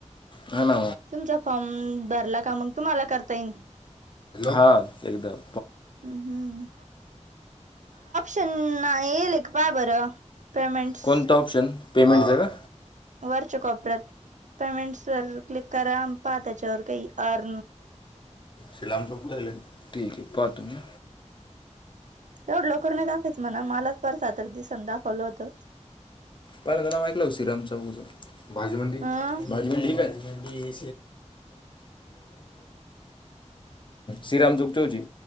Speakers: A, on the left; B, on the right.
A: हा ना
B: तुमचा फॉर्म भरला का मगं तुम्हाला करता येईल
A: हा एकदम
B: हम्म ना येल एक पा बरं पेमेंट्स
A: कोणतं ऑप्शन पेमेंट च का
B: वरच्या कोप्यात पेमेंट्स वर क्लिक करा पाहा त्याच्यावर काही अर
A: सलामु ठीक आहे पा तुम्ही
B: एवढ लोकर नाही दाखयच म्हणा मलाच परसा तर दिसन दाखवलं होत
A: पहिलं तर नाव ऐकलं श्रीराम चौकच भाजीवंद
B: अं
A: भाजीवडी काय श्रीराम चक च